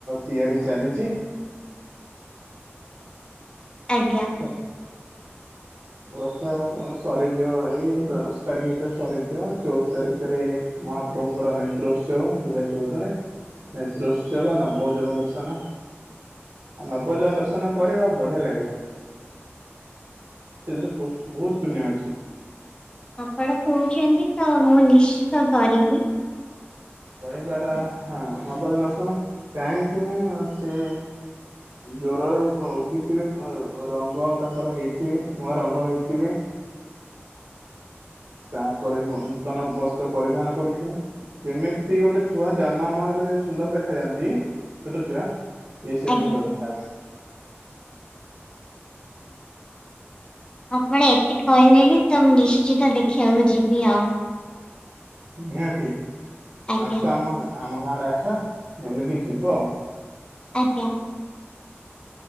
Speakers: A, on the right; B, on the left.
A: ତିଆରି ଚାଲିଛି।
B: ଆଜ୍ଞା।
A: ହ
B: ଁ <inaudible>
A: ରଥ ସରିଯିବ ଏଇ ଦଶ ତାରିଖ ଭିତରେ ସରିଯିବ ଚଉଦ ତାରିଖରେ ମହାପ୍ରଭୁ ଙ୍କର ନେତ୍ରୋତ୍ସବ ଜୁଲାଇ ଚଉଦରେ। ନେତ୍ରୋତ୍ସୋଗ ନବ ଯୋଗ ଦର୍ଶନ। ଆଉ <unintelligible> ଦର୍ଶନ କରିବ ଆଉ ବଢିଆ ଲାଗିବ। ସେଥିରେ ବହୁତ ପୁଣ୍ୟ ଅଛି।
B: ଆପଣ କହୁଛନ୍ତି ତ ମୁଁ ନିଶ୍ଚିତ କରିବି।
A: କହିବାର ହଁ <unintelligible> ଦର୍ଶନ କାହିଁକି ନା ସେ ଜ୍ୱରରୁ ଉଠିଥିବେ ରଙ୍ଗ ତାଙ୍କର ହେଇଥିବେ ନୂଆ ରଙ୍ଗ ହେଇଥିବେ। ତାପରେ ନୂତନ ବସ୍ତ୍ର ପରିଧାନ କରିଥିବେ। ଯେମିତି ଗୋଟେ ଛୁଆ ଜନମ ହେଲେ ଯେମତି ସୁନ୍ଦର ଦେଖାଯାଆନ୍ତି ଛୋଟ ଛୁଆ। ଇଏ ସେମିତି
B: ଆଜ୍ଞା।
A: ସୁନ୍ଦର ଦେଖାହେବେ।
B: ଆପଣ ଏତେ କହିଲେଣି ତ ମୁଁ ନିଶ୍ଚିତ ଦେଖିବାକୁ ଯିବି ଆଉ।
A: ନିହାତି
B: ଆଜ୍ଞା
A: ଆସ ଆମ ଆମ ଗାଁ ଆଡେ ଆସ ବୁଲିକି ଯିବ ଆଉ।
B: ଆଜ୍ଞା।